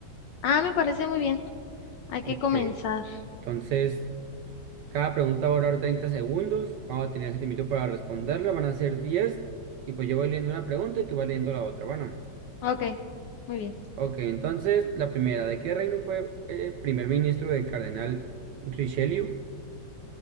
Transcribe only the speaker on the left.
Ah, me parece muy bien. Hay que
comenzar.
Ok, muy bien.